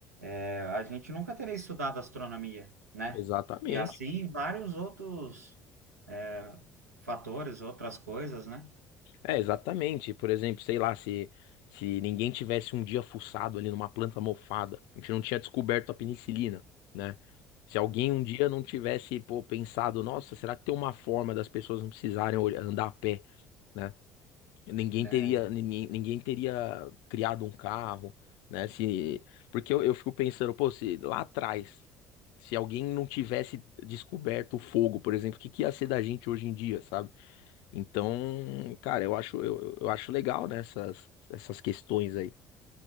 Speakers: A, on the right; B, on the left.
A: É, A gente nunca teria estudado astronomia, né?
B: exatamente.
A: E assim vários outros é, fatores, outras coisas, né?
B: É, exatamente. Por exemplo, sei lá, se, se ninguém tivesse um dia fuçado ali numa planta mofada, a gente não tinha descoberto a penicilina. né? Se alguém um dia não tivesse, pô, pensado, nossa, será que tem uma forma das pessoas não precisarem olh- andar a pé, né? Ninguém
A: Né?
B: teria, ninguém, ninguém teria criado um carro, né? Se, porque eu, eu fico pensando, pô, se lá atrás, se alguém não tivesse descoberto o fogo, por exemplo, o que que ia ser da gente hoje em dia, sabe? Então, cara, eu acho, eu, eu acho legal, né, essas, essas questões aí.